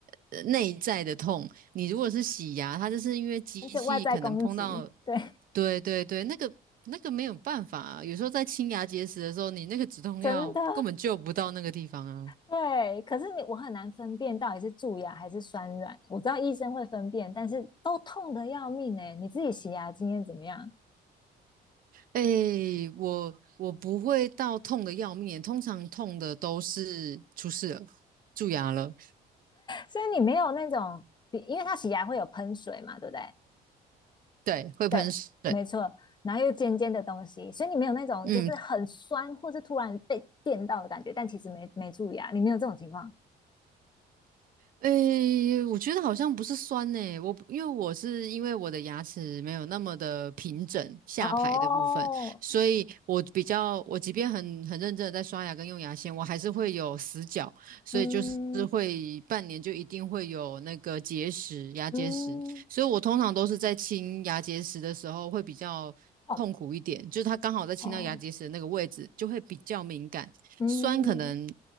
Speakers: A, on the right (about 55°); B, on the left (about 25°).
A: 呃内在的痛。你如果是洗牙，它就是因为机器可能碰到，
B: 这外在攻击，对，
A: 对对对，那个那个没有办法啊。有时候在清牙结石的时候，你那个止痛药根本救不到那个地方啊。
B: 真的。对，可是你我很难分辨到底是蛀牙还是酸软。我知道医生会分辨，但是都痛得要命哎、你自己洗牙经验怎么样？
A: 哎，我我不会到痛的要命，通常痛的都是出事了，蛀牙了，
B: 所以你没有那种，比因为他洗牙会有喷水嘛，对不对？
A: 对，会喷水，
B: 对，没错，然后又尖尖的东西，所以你没有那种就是很酸或是突然被电到的感觉，
A: 嗯，
B: 但其实没没注意啊，你没有这种情况。
A: 诶，我觉得好像不是酸呢、我不因为我是因为我的牙齿没有那么的平整，下排的部分，
B: 哦，
A: 所以我比较我即便很很认真的在刷牙跟用牙线，我还是会有死角，所以就是会半年就一定会有那个结石、
B: 嗯
A: 牙结石，
B: 嗯，
A: 所以我通常都是在清牙结石的时候会比较痛苦一点，
B: 痛
A: 就是它刚好在清到牙结石的那个位置就会比较敏感，
B: 哦，嗯，
A: 酸可能。